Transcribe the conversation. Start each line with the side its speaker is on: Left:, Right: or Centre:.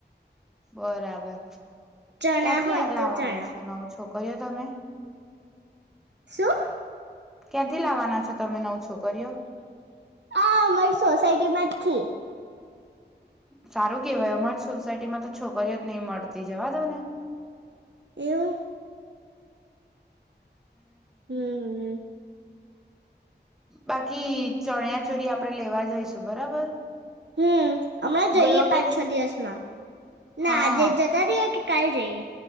Centre: બરાબર.
Right: ચણા
Centre: ક્યાંથી
Right: હોય
Centre: લાવવાના
Right: તો ચણા
Centre: છે નવો છોક કર તમે.
Right: શું.
Centre: ક્યાંથી લાવવાના છો તમે નવ. છોકરીઓ
Right: હા અમારી સોસાયટી માં પથી.
Centre: સારું કેવાય અમાંર જ સોસાયટીમાં તો. છોકરીય નહીં મળતી. જવા દો ને.
Right: એવું. હમ હ.
Centre: બાકી ચણ્યા ચોરી આપડે લેવા જઈશું બરાબર.
Right: હમ હમણાં
Centre: ગઈ
Right: જઈએ
Centre: વખતે
Right: પાંચ છ દિવસમાં ના
Centre: હા
Right: આજે જ જતા ર્યા. કાલ જઈએ.